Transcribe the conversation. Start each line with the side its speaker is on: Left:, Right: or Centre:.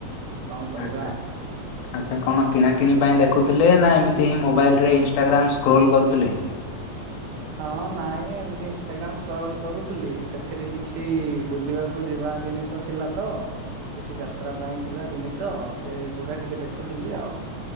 Right: କଣ କରିବା
Left: ଆଚ୍ଛା। ଆଚ୍ଛା କଣ କିଣାକିଣି ପାଇଁ ଦେଖୁଥିଲେ, ନା ଏମିତି ହିଁ ମୋବାଇଲରେ ଇନଷ୍ଟାଗ୍ରାମ୍ ସ୍କ୍ରୋଲ୍ କରୁଥିଲେ?
Right: ହଁ ନାଇଁ ଏମିତି ଇନଷ୍ଟଟାଗ୍ରାମ ସ୍କ୍ରଲ୍ କରୁଥିଲି ସେଥିରେ କିଛି ବୁଲିବା କୁ ଯିବା ଜିନିଷ ଥିଲା ତ କିଛି ଯାତ୍ରା ପାଇଁ ଥିଲା ଜିନିଷ ସେଗୁଡ଼ା ଟିକେ ଦେଖୁଥିଲି ଆଉ।